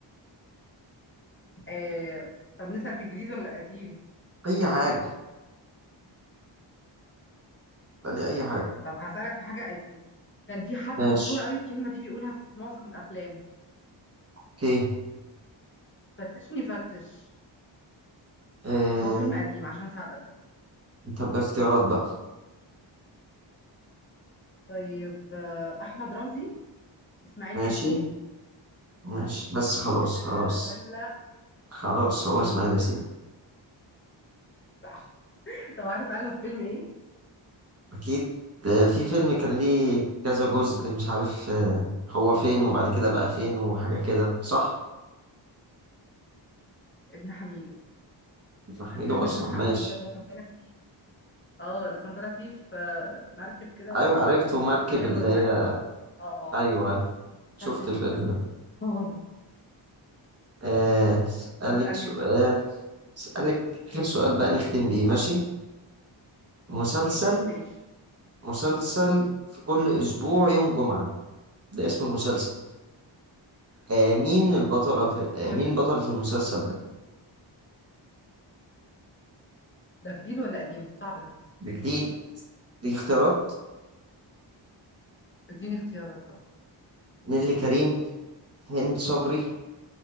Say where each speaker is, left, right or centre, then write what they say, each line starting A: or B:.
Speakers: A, on the left; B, on the right.
A: آه طب نسأل في الجديد ولا القديم
B: اي حاجة اسألي اي حاجة
A: طب هسألك في حاجة قديمة كان في حد
B: ماشي
A: مشهور قوي الكلمة دي بيقولها في معظم الأفلام
B: اوكي
A: فتشني فتش
B: آه...
A: هو فيلم قديم عشان أساعدك بس
B: طب اختيارات بقى
A: طيب آه أحمد رمزي إسماعيل
B: ماشي
A: ياسين
B: ماشي بس خلاص
A: آه
B: خلاص
A: ولا
B: خلاص هو اسماعيل
A: مين
B: ياسين
A: <laughs> صح طب عارف قالها في فيلم إيه
B: اكيد آه، في فيلم كان ليه كذا جزء مش عارف آه، هو فين وبعد كده بقى فين وحاجة كده صح
A: ابن حميدو
B: محمده
A: هو كان فيلم
B: اصلا
A: ابن حميدو
B: ماشي
A: ده اللي هو كان طالع فيه اه اللي كان طالع فيه في آه، مركب كده
B: ايوه
A: و...
B: عرفته مركب
A: اللي هي
B: اللي
A: نورمان
B: هي
A: اه اه
B: ايوه أيوة. شفت
A: فتشني
B: الفيلم
A: فتش
B: ده
A: هو ده
B: آه، أسألك
A: طب اسألني
B: سؤال
A: انت بقى.
B: أسألك آخر سؤال بقى نختم بيه ماشي مسلسل
A: ماشي
B: مسلسل في كل أسبوع يوم جمعة ده اسم المسلسل آه مين البطلة في آه
A: كل
B: مين بطلة
A: اسبوع
B: المسلسل ده
A: ده جديد ولا قديم صعب ده
B: دي دي اختيارات
A: اديني اختيارات اه
B: نيللي كريم هند صبري